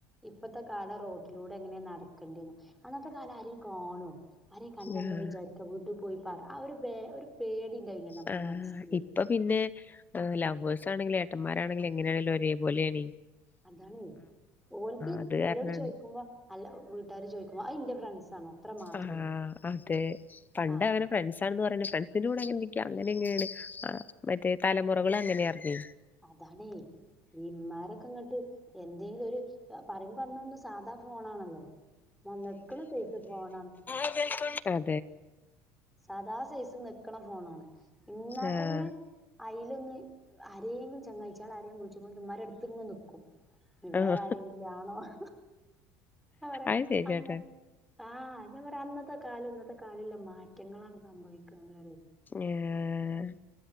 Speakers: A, in the centre; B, on the left.
A: ഇപ്പത്തെ കാലം റോട്ടിലൂടെ എങ്ങനെ നടക്കണ്ടേന്ന് അന്നത്തെ കാലം ആരെയും കാണോ ആരെയും കണ്ടാ
B: ആഹ്
A: എന്താ വിചാരിക്ക വീട്ടിൽ പോയി പറ ആ ഒരു ഒരു വേ പേടി ഉണ്ടായിനല്ലോ നമ്മളെ
B: ആ
A: മനസ്സില്
B: ഇപ്പൊ പിന്നെ
A: ഉം
B: ലവേഴ്സ് ആണെങ്കില് <unintelligible> എങ്ങനെയാണങ്കിലും ഒരേപലെയാണെ
A: അതാണ് ഓല്ക്ക്
B: അത് കാരണാണ്
A: ഓലോട് ചോയിക്കുമ്പോ അല്ല വീട്ടാര് ചോദിക്കുമ്പോ അത് ഇന്റെ ഫ്രണ്ട്സാണ് അത്ര മാത്രള്ളൂ
B: ആ അതെ പണ്ട്
A: ആഹ്
B: അവര് ഫ്രണ്ട്സാണെന്ന് പറീനെ ശെ ലൂടെ ങ്ങ നിക്ക അങ്ങനെ ഇങ്ങെനേൻ മറ്റേ തലമുറകള് അങ്ങനെയാർനെ
A: അതണേ ഈ ഇമ്മാരൊക്കെങ്ങട്ട് എന്തെങ്കിലു ഒരു പറയുമ്പോ അന്ന് സാധാ ഫോണാണല്ലോ ന്നക്കണ സേസ് ഫോണാ
B: ക്ക ണ്ട് <unintelligible>
A: സാദാ സൈസ് നക്ക്ണ ഫോണ ആണ് ഇന്നാ
B: ആഹ്
A: തന്നെ അയിലൊന്ന് ആരെയങ്കിലും ചങ്ങായിച്ചാള് ആരെയും വിളിച്ചുമ്പോതിന് മ്മാരെട്ത്ത്ങ്ങനെ നിൽക്കും വേറെ
B: ആഹ്
A: ആരെങ്കിലാണോ ഹ ഹ അവരെ
B: അത് ശരിയാട്ടാ
A: അന്ന ആ പിന്നെ പറ അന്നത്തെ കാലം ഇന്നത്തെ കാലല്ലെ മാറ്റങ്ങളാണ് സംഭവിക്ക്ണ്റെ
B: ഏഹ്